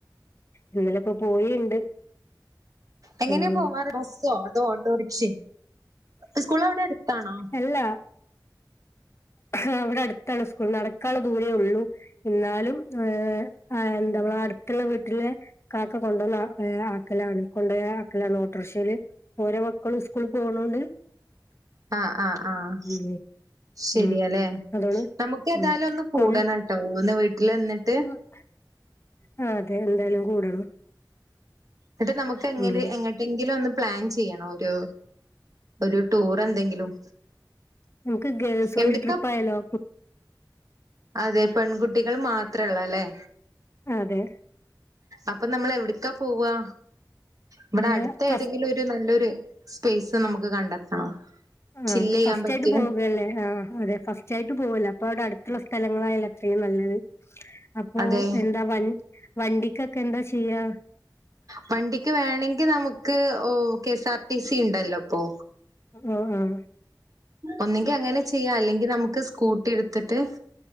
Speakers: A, on the left; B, on the right.
A: ഇന്നലപ്പം പോയിണ്ട്
B: എങ്ങനെയാ
A: ഉം.
B: പോവാറ് ബസ്സോ അതോ ഓട്ടോറിക്ഷ സ്കൂൾ അഒടെ എട്ത്താണോ?
A: ഇല്ല ക്ക ഇവടെ അട്ത്താണ് സ്കൂൾ നടക്കാള്ള ദൂരേ ഉള്ളൂ ഇന്നാലും ഏഹ് ആഹ് എന്താ ഇവടെ അട്ത്ത്ള്ള വീട്ട്ല് കാക്ക കൊണ്ടന്ന് ആഹ് ഏഹ് ആക്കലാണ് കൊണ്ടേയ ആക്കലാണ്. ഓട്ടറിക്ഷേൽ ഓരോ മക്കളും സ്കൂളിൽ പോണോണ്ട്
B: ആഹ് ആഹ് ആഹ്
A: ഉം
B: ശരിയലെ
A: ഉം അതോണ്ട്
B: നമുക്ക് ഏതായാലും
A: ഉം
B: ഒന്ന് കൂടണട്ടോ
A: കൊൺ
B: ഒന്ന് വീട്ടിൽ ന്ന്ട്ട്?
A: ആഹ് അതെ എന്തായാലും കൂടണം.
B: ന്നട്ട് നമുക്ക് എങ്ങനെ
A: ഉം
B: എങ്ങ എന്തെങ്കിലും ഒന്ന് പ്ലാൻ ചെയ്യണം ഒരു ഒരു ടൂർ എന്തെങ്കിലും.
A: നമക്ക് ഗേൾസോളി
B: എവിട്ക്കാ
A: ട്രിപ്പ് ആയാലോ?
B: അതെ പെൺകുട്ടികൾ മാത്രേള്ള ല്ലെ?
A: ആതെ
B: അപ്പം നമ്മള് എവിട്ക്കാ പോവാ? ഇവടെ
A: ഏഹ്
B: അട്ത്ത
A: ഫസ്റ്റ്
B: ഏതെങ്കിലും ഒ നല്ലൊരു സ്പേസ് നമുക്ക് കണ്ടെത്തണം?
A: ആഹ്
B: ചില്ലെയ്യാൻ
A: ഫസ്റ്റ്
B: പറ്റിയ
A: ആയിട്ട് പോകല്ലേ ആഹ് അതെ ഫസ് ച്ചായിട്ട് പോകല്ലേ അപ്പൊ അവടെ അട്ത്ത്ള്ള സ്ഥലങ്ങളായാല അത്രയും നല്ലത് അപ്പോ
B: അതെ
A: എ വൻ വണ്ടിക്കൊക്കെ എന്താ ചെയ്യാ?
B: വണ്ടിക്ക് വേണെങ്കിൽ നമുക്ക് ഓഹ് K S R T C ഇണ്ടല്ലോ ഇപ്പോ.
A: ആഹ് ആഹ്
B: ഒന്നെങ്കി അങ്ങനെ ചെയ്യാം അല്ലെങ്കിൽ നമുക്ക് സ്കൂട്ടി എടുത്തിട്ട്